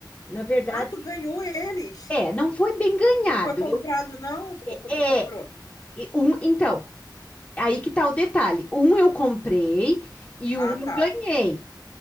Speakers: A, on the left; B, on the left.
A: Na verdade,
B: Ah, tu ganhou eles?
A: é, não foi bem ganhado.
B: Não foi comprado,
A: Eu,
B: não? Tu,
A: é,
B: tu comprou?
A: e um, então, Aí que tá o detalhe. Um eu comprei e um
B: Ah, tá.
A: eu ganhei.